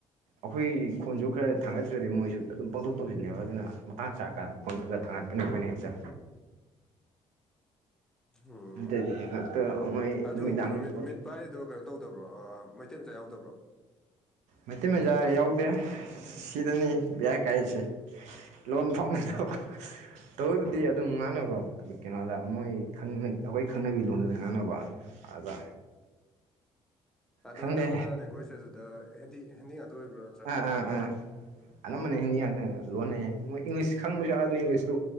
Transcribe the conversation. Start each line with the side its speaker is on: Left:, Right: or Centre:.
Right: ꯑꯩꯈꯣꯏꯒꯤ ꯈꯣꯟꯁꯨ ꯈꯔ ꯊꯥꯡꯒꯠꯇ꯭ꯔꯗꯤ ꯃꯣꯏꯁꯨ ꯑꯗꯨꯝ ꯄꯥꯡꯊꯣꯛ ꯇꯧꯁꯤꯜꯂꯦꯕ ꯑꯗꯨꯅ ꯃꯇꯥꯡ ꯆꯥꯀꯥꯟꯗ ꯈꯣꯟ ꯈꯔ ꯈꯔ ꯊꯥꯡꯒꯠꯄꯅꯤ ꯑꯩꯈꯣꯏꯅ ꯍꯦꯛꯁꯦ
Centre: ꯎꯝ
Right: ꯅꯇꯔ ꯗꯤ ꯉꯥꯛꯇ ꯃ‌ꯣꯏ
Centre: ꯑꯗꯣ
Right: ꯅꯨꯃꯤꯗꯥꯉ
Centre: ꯀꯩꯅꯣ ꯃꯤꯠ
Right: ꯄ‌ꯣꯠ
Centre: ꯃꯤꯠ
Right: <unintelligible>
Centre: ꯄꯥꯏꯔꯤꯗꯣ ꯀꯩꯅꯣ ꯇꯧꯗꯕ꯭ꯔꯣ ꯃꯩꯇꯩ ꯃꯆꯥ ꯌꯥꯎꯗꯕ꯭ꯔꯣ
Right: ꯃꯩꯇꯩ ꯃꯆꯥ ꯌꯥꯎꯗꯦ ꯁꯤꯗꯅꯤ ꯕꯌꯥ ꯀꯥꯏꯁꯦ ꯂꯣꯟ ꯐꯥꯎꯗꯕ ꯇꯧꯕꯕꯨꯗꯤ ꯑꯗꯨꯝ ꯉꯥꯡꯅꯕ ꯀꯩꯅꯣꯗ ꯃꯣꯏ ꯑꯩꯈꯣꯏ ꯈꯪꯅꯕꯤ ꯂꯣꯟꯗꯨꯗ ꯉꯥꯡꯅꯕ ꯑꯗ
Centre: ꯑꯗꯣ
Right: ꯈꯪꯗꯦ
Centre: ꯑꯅꯝꯕꯅ ꯂꯦꯡꯒ꯭ꯋꯦꯁ ꯑꯗꯨꯗ ꯍꯦꯟꯗꯤꯡ ꯍ‌ꯦꯟꯗꯤ ꯉꯥꯛꯇ ꯑꯣꯏꯕ꯭ꯔꯥ
Right: ꯑꯥ ꯑꯥ ꯑꯥ ꯑꯅꯝꯕꯅ ꯍꯤꯟꯗꯤ ꯉꯥꯛꯇꯪ ꯂꯣꯟꯅꯩ ꯃꯣꯏ ꯏꯪꯂꯤꯁ ꯈꯪꯕꯁꯨ ꯋꯥꯎ ꯑꯗꯨ ꯏꯪꯂꯤꯁꯇꯨ